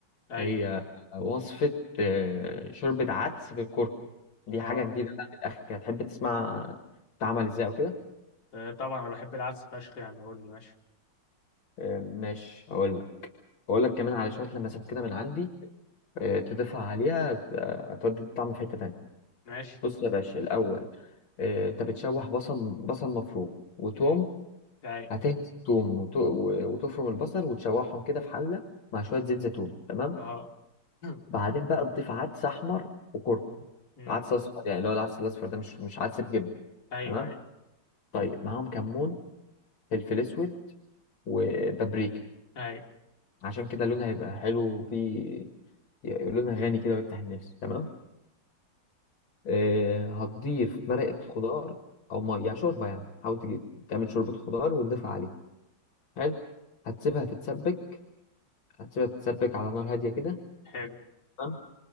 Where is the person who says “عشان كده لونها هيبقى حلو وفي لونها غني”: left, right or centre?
Left